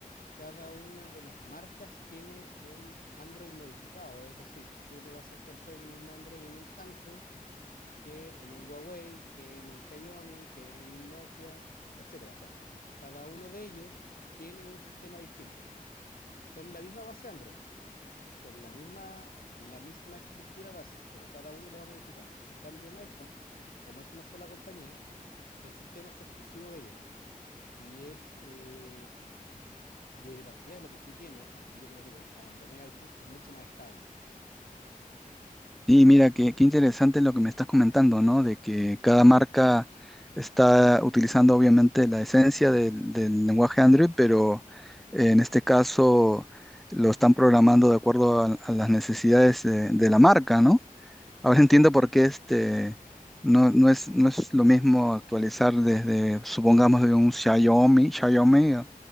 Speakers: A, on the left; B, in the centre.
A: cada una de las marcas tiene un Android modificado, es decir, tú no vas a encontrar el mismo Android en un Samsung que en un Huawei, que en un Xiaomi, que en un Nokia, etcétera. O sea, cada uno de ellos tiene un sistema distinto. Son la misma base Android, son la misma, la misma estructura base, pero cada uno lo va modificando. En cambio, en iPhone, como es una sola compañía, el sistema es exclusivo de ellos y es eh, y de partida es lo que sí tiene, aunque yo como digo, abandoné iPhone, es mucho más estable.
B: Y mira, qué, qué interesante lo que me estás comentando, ¿no? De que cada marca está utilizando obviamente la esencia del, del lenguaje Android, pero en este caso lo están programando de acuerdo a, a las necesidades de de la marca, ¿no? Ahora entiendo por qué este no, no es, no es lo mismo actualizar desde, supongamos, de un Xiaomi, Xiaomi o,